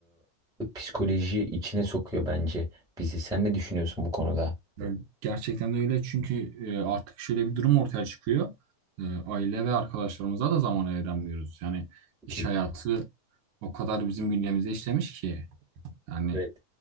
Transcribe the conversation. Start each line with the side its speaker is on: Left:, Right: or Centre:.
Centre: e, psikoloji içine sokuyor bence bizi. Sen ne düşünüyorsun bu konuda?
Right: Ya gerçekten de öyle çünkü e, artık şöyle bir durum ortaya çıkıyor. E, Aile ve arkadaşlarımıza da zaman ayıramıyoruz. Yani iş
Centre: Ki,
Right: hayatı o kadar bizim bünyemize işlemiş ki. Yani
Centre: evet.